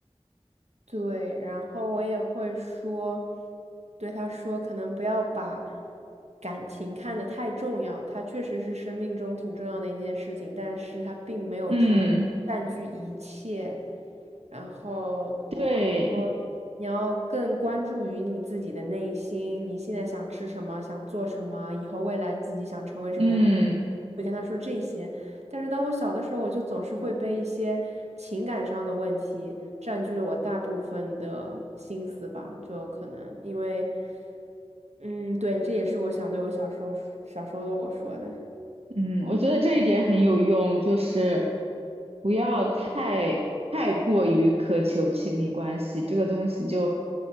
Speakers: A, on the right (about 85°); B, on the right (about 65°).
A: 对，然后我也会说，对他说，可能不要把感情看得太重要，它确实是生命中挺重要的一件事情，但是它并没有说占据一切。
B: 嗯，
A: 然后我会说，
B: 对，
A: 你要更关注于你自己的内心，你现在想吃什么，想做什么，以后未来自己想成为什么样的。
B: 嗯。
A: 会跟他说这些，但是当我小的时候，我就总是会被一些情感上的问题占据了我大部分的心思吧，就可能因为，嗯，对，这也是我想对我小时候小时候的我说的，
B: 嗯，我觉得这一点很有用，就是不要太太过于苛求亲密关系，这个东西就